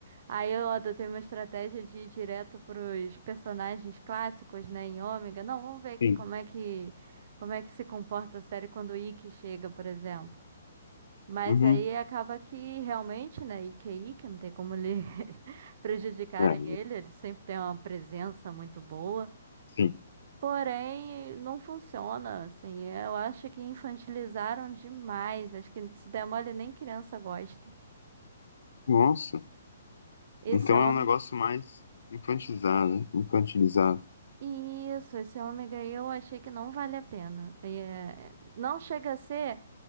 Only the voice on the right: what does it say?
Aí eu adotei uma estratégia de ir direto pros personagens clássicos, né, em Ômega. Não, vamos ver aqui
como é que como é que se comporta a série quando o Ikki chega, por exemplo. Mas
aí acaba que realmente, né, Ikki é Ikki, não tem como lhe <laughs> prejudicarem
ele, ele sempre tem uma presença muito boa.
Porém, não funciona, assim. Eu acho que infantilizaram demais. Acho que se der mole, nem criança gosta.
Esse
homem
Isso, esse ômega eu achei que não vale a pena. É, não chega a ser